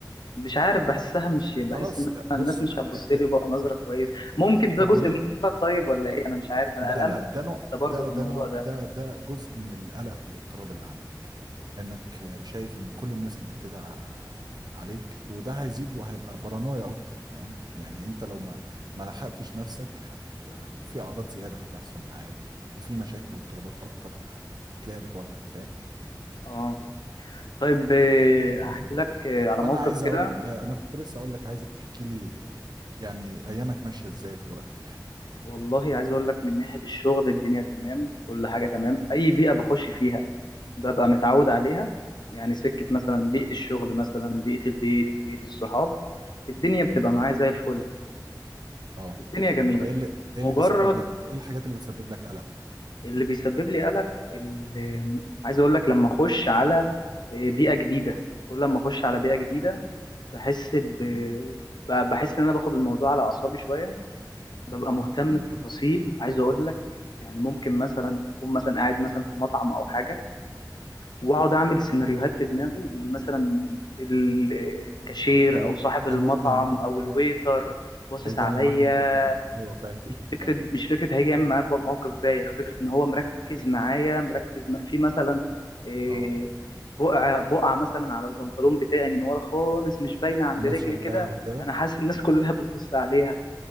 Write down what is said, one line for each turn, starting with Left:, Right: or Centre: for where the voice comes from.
Left: مش عارف بحسها مش بحس
Right: خلاص
Left: ان أنا
Right: بص
Left: الناس مش
Right: أ-
Left: هتبص
Right: أ-
Left: لي
Right: أ-
Left: بقى نظرة كويس ممكن ده
Right: طب
Left: جزء
Right: وليه
Left: من الفكرة طيب ولا ايه انا مش عارف انا
Right: لا
Left: قلقان
Right: لا ده نوع
Left: ده برضه
Right: ده
Left: في
Right: ده
Left: الموضوع
Right: نوع
Left: ده
Right: ده ده جزء من القلق والاضطراب اللي عندك انك شايف ان كل الناس مركزة ع- عليك وده هيزيد وهيبقى بارانويا اكتر فاهم يعني انت لو ما ما لحقتش نفسك هت في اعراض زيادة هتحصل معاك وفي مشاكل واضطرابات اكتر ه- هتلاقيها بتواجهك
Left: اه طيب آه،
Right: فاهم
Left: هحكي لك آه، على
Right: طب
Left: موقف
Right: انا عايز
Left: كده
Right: اقول انا كنت لسه اقول لك عايزك تحكي لي يعني ايامك ماشيه ازاي في الوقت الحالي
Left: والله عايز اقول لك من ناحية الشغل الدنيا تمام كل حاجة تمام اي بيئة بخش فيها ببقى متعود عليها يعني سكة مثلا بيئة الشغل مثلا بيئة البيت بيئة الصحاب الدنيا بتبقى
Right: امم
Left: معايا زي الفل
Right: اه
Left: الدنيا جميلة
Right: طب ايه اللي
Left: مجرد
Right: ايه اللي بيسبب لك ايه الحاجات اللي بتسبب لك قلق
Left: اللي بيسبب لي قلق اللي عايز اقول لك لما اخش على بيئة جديدة كل ما اخش على بيئة جديدة بحس ب...
Right: امم
Left: ب- بحس ان انا باخد الموضوع على اعصابي شوية ببقى مهتم
Right: امم
Left: بتفاصيل عايز اقول لك يعني ممكن مثلا اكون مثلا قاعد مثلا في مطعم او حاجة واقعد
Right: أمم.
Left: اعمل سيناريوهات في دماغي ان مثلا ال- الكاشير
Right: الويتر
Left: او صاحب المطعم
Right: الو- الويتر
Left: او الويتر
Right: اه
Left: باصص
Right: هيجي
Left: عليا
Right: يعمل معاك موقف زيك ايوه فاهم
Left: مش فكره
Right: فاهم
Left: مش فكره هيجي يعمل معايا موقف بايخ فكره ان هو مركز معايا مركز م- في مثلا إيه،
Right: اه
Left: بقعه بقعه مثلا على البنطلون بتاعي من ورا خالص مش باينه عند
Right: الناس
Left: رجلي
Right: شايفاها
Left: كده
Right: وكده
Left: انا حاسس الناس كلها بتبص عليها